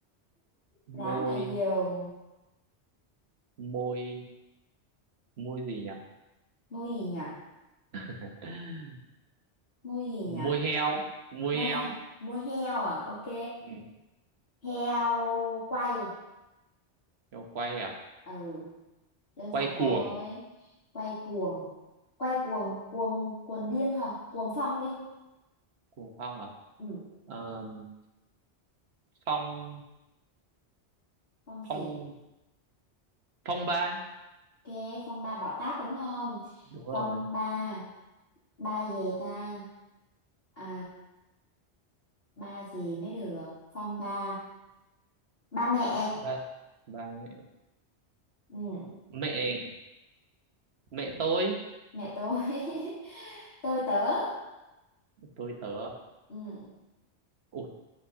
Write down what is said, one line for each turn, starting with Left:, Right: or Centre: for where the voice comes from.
Right: môi
Left: dáng mà nhiều
Right: môi môi gì nhỉ
Left: môi gì nhỉ
Right: <laughs>
Left: môi gì nhỉ
Right: môi heo môi
Left: môi
Right: heo
Left: ha- môi heo à ok
Right: ừ.
Left: heo quay
Right: heo quay à
Left: ừ đơn giản
Right: quay
Left: thôi
Right: cuồng
Left: quay cuồng quay cuồng cuồng cuồng điên hả cuồng phong đi
Right: cuồng phong à
Left: ừ
Right: Ờ, phong
Left: phong gì
Right: phong phong ba
Left: ok phong ba bảo táp đúng không
Right: đúng rồi
Left: phong ba ba gì ta à, ba gì mới được phong ba ba mẹ
Right: ba ba mẹ
Left: ừ,
Right: mẹ mẹ tôi
Left: mẹ tôi <laughs> tôi tớ
Right: tôi tớ
Left: ừ,
Right: ủa